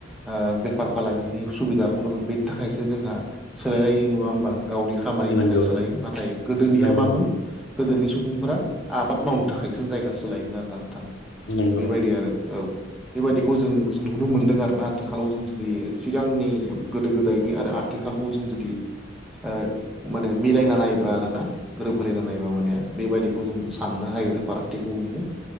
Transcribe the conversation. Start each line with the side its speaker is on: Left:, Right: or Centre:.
Centre: ओ बेफार फालांगिनि सुबिदाखौनो होन बेनि थाखायसो जोंहा सोलायलायो नङा होमबा गावनि खामानिनि
Left: नंगौ
Centre: थाखाय सोलायो नाथाय गोदोनिया
Left: नंगौ
Centre: मामोन गोदोनि सुबुंफोरा आबाद मावनो थाखायसो जायगा सोलायोमोन आरोना नोंथां
Left: नंगौ
Centre: बेबायदि आरो। औ बेबायदिखौ जों जों नुनो मोनदों आरो ना आथिखालाव जों दि सिगांनि गोदो गोदायनि आरो आथिखालखौ जों जुदि ओ माने मिलायना नायोब्रा आरो ना। गोरोब होलायना नायबा ओमबानिया बेबायदिखौ जों साननो हायो आरो फारागथिखौ नुयो।